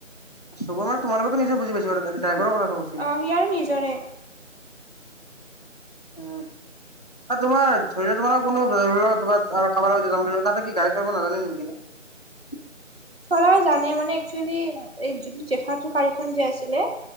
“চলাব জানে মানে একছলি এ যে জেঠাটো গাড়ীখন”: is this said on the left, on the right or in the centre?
Right